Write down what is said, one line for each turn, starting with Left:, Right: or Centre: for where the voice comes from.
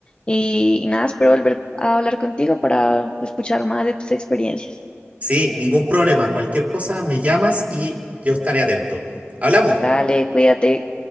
Left: y, y nada, espero volver a hablar contigo para escuchar más de tus experiencias.
Right: Sí, ningún problema. Cualquier cosa me llamas y yo estaré atento. Hablamos.
Left: Dale, cuídate.